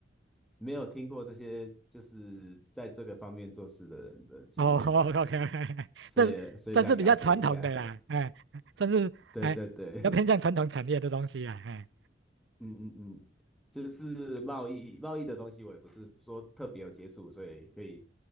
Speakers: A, in the centre; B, on the right.
A: 没有听过这些就是在这个方面做事的人的经验这样子，
B: 哦，OK OK，<laughs>
A: 所以所以想了解一下。
B: 这这是比较传统的啦，
A: <laughs>
B: 哎，算是哎比较偏向传统产业的东西啦，
A: 对对对。
B: 哎，
A: 嗯嗯嗯，就是贸易贸易的东西，我也不是说特别有接触，所以可以，